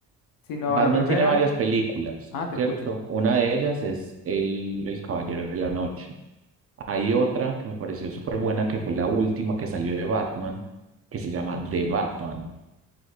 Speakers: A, on the left (about 75°); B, on the right (about 40°).
A: sino
B: Batman
A: la primera.
B: tiene varias películas,
A: Ah, te
B: ¿cierto?
A: escucho.
B: Una de ellas es El, el Caballero de la Noche. Hay otra que me pareció súper buena, que fue la última que salió de Batman, que se llama The Batman.